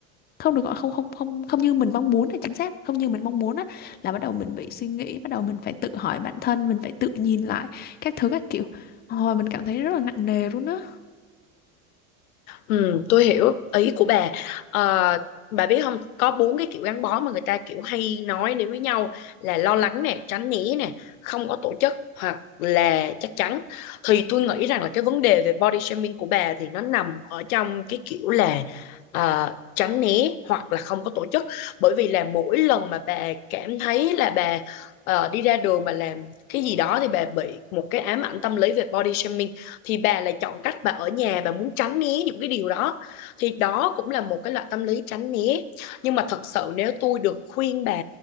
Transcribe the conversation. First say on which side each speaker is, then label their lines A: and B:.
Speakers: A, on the left (about 25°); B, on the left (about 80°).
A: không được gọi không không không không như mình mong muốn là chính xác không như mình mong muốn á là bắt đầu mình bị suy nghĩ bắt đầu mình phải tự hỏi bản thân mình phải tự nhìn lại các thứ các kiểu Ôi, mình cảm thấy rất là nặng nề luôn á
B: Ừ, tôi hiểu ý của bà. Ờ, bà biết không, có bốn cái kiểu gắn bó mà người ta kiểu hay nói đến với nhau là lo lắng nè, tránh né nè, không có tổ chức hoặc là chắc chắn. Thì tôi nghĩ rằng là cái vấn đề về body shaming của bà thì nó nằm ở trong cái kiểu là ờ, tránh né hoặc là không có tổ chức. Bởi vì là mỗi lần mà bà cảm thấy là bà ờ, đi ra đường mà làm cái gì đó thì bà bị một cái ám ảnh tâm lý về body shaming thì bà lại chọn cách bà ở nhà bà muốn tránh né những cái điều đó thì đó cũng là một cái loại tâm lý tránh né nhưng mà thật sự nếu tôi được khuyên bà